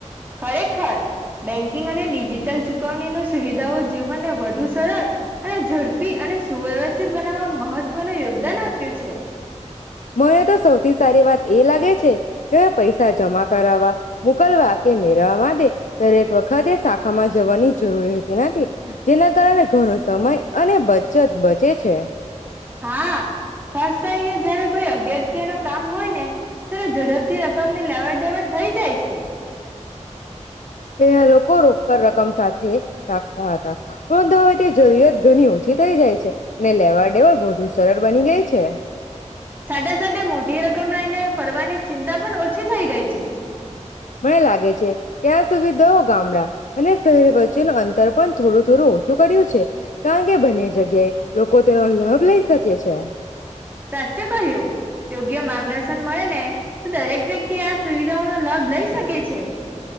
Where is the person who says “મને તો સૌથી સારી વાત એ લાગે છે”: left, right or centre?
Left